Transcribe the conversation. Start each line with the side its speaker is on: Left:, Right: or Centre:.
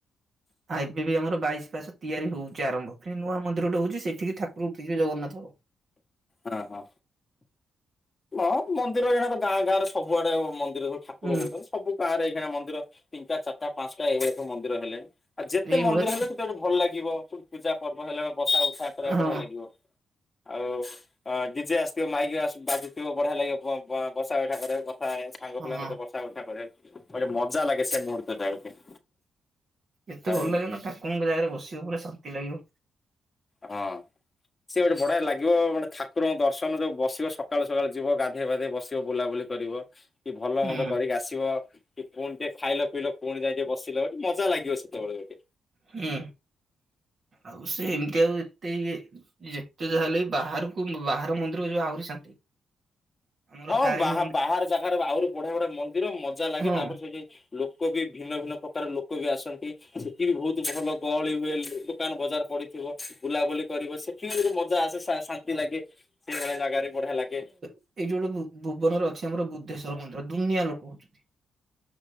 Right: ଆଉ ଏବେ ବି ଆମର ବଶାର୍ସ ତିଆରି ହଉଛି ଆରମ୍ଭ ପୁଣି ନୂଆନ୍ଦିରଟା ହଉଛି ସେଠିକି ଠାକୁର ଉଠିିବେ ଜଗନ୍ନାଥ ହଉ।
Left: ହଁ ହଁ ହଁ ମନ୍ଦିର ଏଣ ତ ଗାଁ ଗାଁ ରେ ସବୁଆଡେ ମନ୍ଦିର ଠାକୁର
Right: ହୁଁ
Left: ହଉଛନ୍ତି ସବୁ ଗାଁରେ ଏଇଣା ମନ୍ଦିର ତିନିଟା ଚାରିଟ ପାଞ୍ଚଟା ଏଇଳି ସବୁ ମନ୍ଦିର ହେଲେଣି। ଆଉ ଯେତେ
Right: ଏଇଭଳିଆ
Left: ମନ୍ଦିର ହେଲେ
Right: ତ
Left: ସେତେବେଟେ ଭଲ ଲାଗିବ ପୂଜା ପର୍ବ ହେଲା ବେଳେ ବସା ବସା କରିବା
Right: ହଁ
Left: ବଢିଆ ଲାଗିବ। ଆଉ ହଁ ଜଡିଜେ ଆସିଥିବ ମାଇକି ବାୁଥିବ ବଢିଆ ଲାଗିବ ବସା ସାଙ୍ଗରେ କଥା ସାଙ୍ଗ ପିଲାଙ୍କ
Right: ହଁ।
Left: ସହିତ ମଜା ଲାଗେ ସେ ମୁହୂର୍ତଟା ଗୋଟେ।
Right: ଏତେ
Left: ଆଉ
Right: ଭଲ ଲାଗେନ ଠାକୁରଙ୍କ ଜାଗାରେ ବସିବ ପୁରା ଶାନ୍ତି ଲାଗିବ।
Left: ହଁ। ସିଏ ଏଠେ ବଢିଆ ଲାଗିବ ମାନେ ଠାକୁରଙ୍କ ଦର୍ଶନ ଯୋଉ ବସିବ ସକାଳୁ ସକାଳୁ ଯିବ, ଗାଧୋଇବାଧେଇ ବସିବ ବୁଲା ବୁଲି କରିବ କି ଭଲ
Right: ହୁଁ
Left: ମନ୍ଦ କରିକି ଆସିବ। କି ପୁଣି ଟିକେ ଖାଇଲ ପଇଲ, ପୁଣି ଯାଇ ଟିକଏ ବସିଲ, ମଜା ଲାଗିବ ସେତେବେଳେକେ।
Right: ହୁଁ ଆଉ ସେ ଏମିତି ଆଉ ଯେତେ ଯାହାଲେ ବାହାରକୁ ବାହାର ମନ୍ଦିର ଯୋଉ ଆହୁରିଶାନ୍ତି। ଆମର
Left: ହଁ
Right: ତାରିଣୀ
Left: ବା ବାହାର ଜାଗାରେ ଆହୁରି ବଢିଆ ବଢିଆ ମନ୍ଦିର ମଜା ଲାଗେ
Right: ହଁ
Left: ତାପରେ ସେଇ ଯାଇ ଲୋକ ବି ଭିନ୍ନ ଭିନ୍ନ ପ୍ରକାର ଲୋକ ବି ଆସନ୍ତି ସେଠି ବି ବହୁତ ଭଲ ଗହଳି ହୁଏ। ଦୋକାନ ବଜାର ପଡିଥିବ ବୁଲାବୁଲି କରିବ ସେଠି ଯଦି ମଜା ଆସେ ଶାନ୍ତି ଲାଗେ। ସେଇଭଳି ଜାଗାରେ ବଢିଆ ଲାଗେ।
Right: ଏଇ ଯୋ ଗୋଟେ ଭୁବନରେ ଅଛି ଆମର ବୁଦ୍ଧେଶ୍ଵର ମନ୍ଦିର ଦୁନିଆ ଲୋକ ହଉଛନ୍ତି।